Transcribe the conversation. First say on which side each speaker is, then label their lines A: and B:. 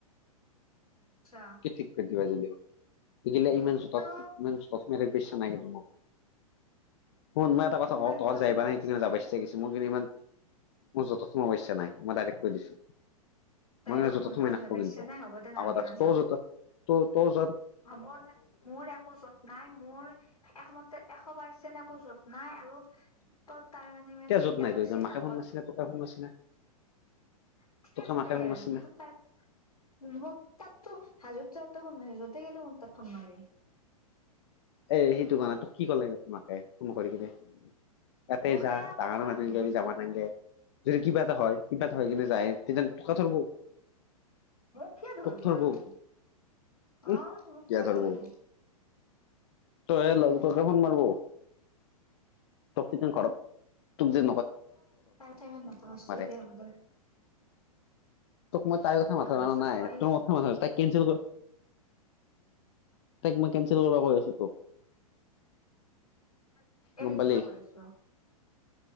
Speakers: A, on the left; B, on the left.
A: আচ্ছা
B: কি ঠিক কৰি দিবা জেলেও ইগিলা
A: মানে
B: ইমান
A: সেইটো
B: <unintelligible> ইমান মেৰ বিশ্বাস নাই মোক শুন মই এটা কথা
A: সোমবাৰ
B: কওঁ
A: কিবা
B: তহঁত যাই
A: সোমবাৰ
B: পেনাই
A: দিছি
B: তে
A: নে
B: যাবাই <unintelligible> ছে মই কিন্তু ইমান ম যতস সোমাব ইচ্ছা নাই মই ডাইৰেক্ট কৈ দিছো মইনা
A: ডাইৰেক্ট
B: যত
A: মোৰ
B: যথত
A: লগত
B: মইনা <unintelligible>
A: যাব ইচ্ছা নাই হ'ব দে নালগে
B: আগ আ
A: নাযাওঁ
B: ত য ত ত য
A: হ'ব দে মোৰ একো যত্নাই মোৰ একমতে এশ পাৰ্চেণ্ট একো যত নাই আৰু ত তাৰ মানে ইমান
B: কিয়
A: চিন্তা
B: জোঁত নাই
A: লাগছে
B: তই মাকে
A: ভাল
B: ফোন
A: কত
B: মাৰছি না তোকে ফোন মাৰছি না
A: ঠিকে
B: তোকে
A: আছে
B: মাকে
A: দে
B: ফোন মাৰছি না
A: ত তাই মোৰ তাত তো হাজোত যাওঁতেও মাৰ য'তে গ'লেও মোৰ তাত ফোন মাৰে
B: এ সেইটো কাৰণে তোক কি ক'লে তোমাকে ফোন কৰি কিনে তাতে
A: মোক সেয়া
B: যা
A: ক'লা
B: ডাঙৰ মানুহ গি <unintelligible>
A: বুজালা
B: লি যাবা নালগে যদি কিবা এটা হয় কিবা এটা হয় কিনে যায় তেতিয়া কথাকো
A: মোক কিয় ধৰিব
B: তোক ধৰব
A: আৰু
B: উ
A: অ
B: কিয়
A: মোক
B: ধৰব
A: ধৰিব
B: তই হল ত ফোন মাৰব তোক কি যেন ঘৰত তোক যে
A: ঠিকে আছে দে তাৰ কথা ইমান মাথা মাৰছ দে
B: <unintelligible> <unintelligible>
A: হ'ব দে
B: তোক মই তাইৰ কথা মাঠা
A: মাথা
B: মাৰা
A: মাৰছ
B: নাই,
A: মই
B: তোৰ কথাত <unintelligible> কেনচেল ক'ৰ, তাইক মই কেনচেল কৰিব কৈ আছো তোক।
A: তাইক এৰি
B: গম পালি
A: দিবা কৈ আছ।